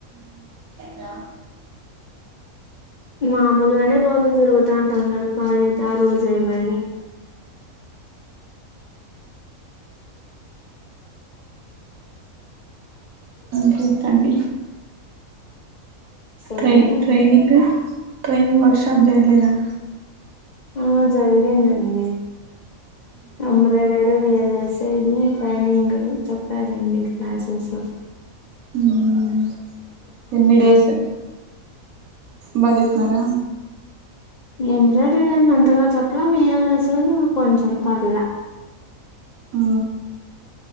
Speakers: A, on the right; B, on the left.
A: ఆ
B: మామూల్ గానే రోజు తిరుగుతంటం కదా కాలేజ్ ఆ రోజు ఏమని
A: అంక్ ఎంతండి
B: సరేనా
A: ట్రై ట్రైనింగ్ ట్రైనింగ్ వర్క్షాప్ జర్గలేదా
B: ఆ జరిగిందండి అమ్రెడై డు వి ఎల్ ఎస్ ఐ గు ట్రైనింగ్ చెప్పారండి క్లాసెసు
A: ఉమ్మ్ ఎన్ని డేస్ ఎ బ చెప్తునర
B: ఎంబ్రాయిడరీ అన్ అంతగా చెప్ల వి ఎల్ ఎస్ ఎన్ కొంచెం పర్ల
A: ఆ